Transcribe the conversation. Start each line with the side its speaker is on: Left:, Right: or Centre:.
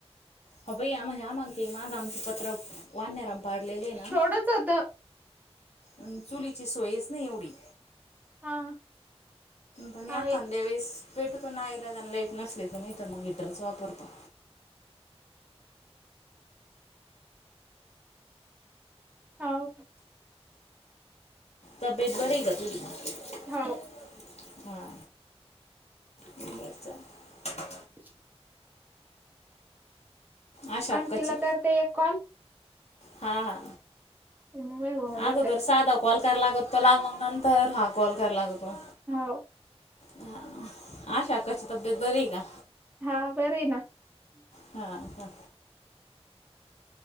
Left: ह भ आम्ह आ माग ते माझं आमचं पत्र वानराने पाडलेले आहे ना.
Right: थोडंच होत
Left: अ चुलीची सोयच नाही एवढी,
Right: हा
Left: पण
Right: आहे
Left: एखाद्या वेळेस पेटू तो नाईलाजाने लाईट नसले तर नाही तर मग हीटरच वापरतो.
Right: आवाज
Left: तब्येत बरी आहे का तुझी? ना
Right: हो
Left: हा बर चालत.
Right: मयय <inaudible>
Left: आशा अक्काची
Right: आणं तीला करतेय कॉल.
Left: हा हा
Right: उम होऊ जा
Left: अगोदर
Right: का <unintelligible>
Left: साधा कॉल कराय लागत तोला मग नंतर हा कॉल कराय लागतो
Right: हो,
Left: हा हा आशा खाची तब्बेत बरी आहे का?
Right: हा बरय ना.
Left: हा ह